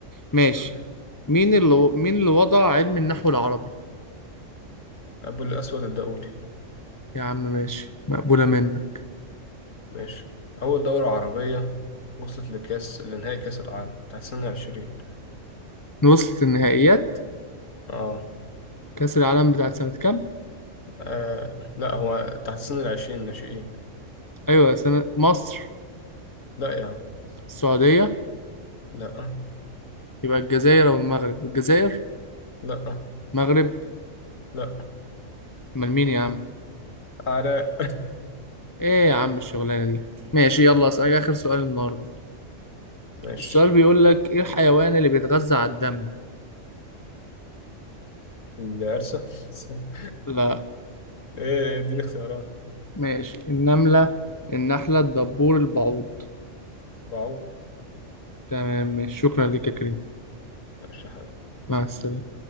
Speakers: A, on the left; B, on the left.
A: ماشي
B: آه.
A: مين اللي مين اللي وضع علم النحو العربي
B: أبو الأسود الدؤلي
A: يا عم ماشي مقبوله منك
B: ماشي أول دورة عربية وصلت لكأس لنهائي كأس العالم تحت سن العشرين
A: وصلت النهائيات
B: آه.
A: كاس العالم بتاعت سنه كام
B: آه لا هو تحت سن العشرين ناشئين
A: ايوه سنه مصر
B: لا يا عم
A: السعوديه
B: لا
A: يبقى الجزائر او المغرب الجزائر
B: لا
A: مغرب
B: لا
A: امال مين يا عم
B: عراء
A: ايه يا عم الشغلانه دي ماشي يلا اسالك اخر سؤال النهارده
B: <laughs> ماشي
A: السؤال بيقول لك ايه الحيوان اللي بيتغذى على الدم
B: العرسة <laughs>
A: لا
B: ايه دي الاختيارات
A: ماشي النمله النحله الدبور البعوض
B: بعو
A: تمام ماشي شكرا لك يا كريم
B: ماشي يا حبيبي
A: مع السلامه